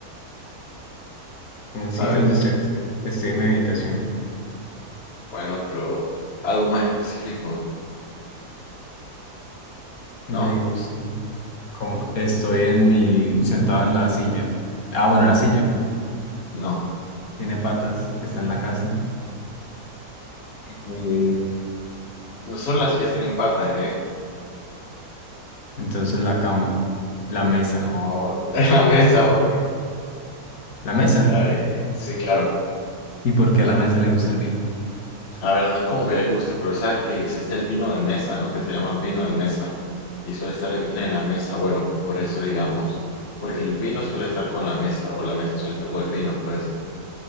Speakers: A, on the left; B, on the left.
A: Un
B: ¿sabes?
A: sitio donde estoy, estoy en mi habitación.
B: Bueno, pero algo más específico,
A: Le
B: ¿no?
A: gusta. Como estoy en mi, sentado en la silla. Ah, bueno, la silla.
B: No.
A: Tiene patas, está en la casa. Eh,
B: No solo las sillas tienen patas, ¿eh?
A: entonces la cama, la mesa.
B: No, <laughs> es la mesa, uy,
A: ¿La mesa?
B: ay, Sí, claro.
A: ¿Y por qué a la mesa le gusta el vino?
B: A ver, no es como que le guste, pero sabes que existe el vino de mesa, ¿no? Que se llama vino de mesa. Y suele estar en, en la mesa. Bueno, pues por eso digamos. Porque el vino suele estar con la mesa, o la mesa suele estar con el vino, pues.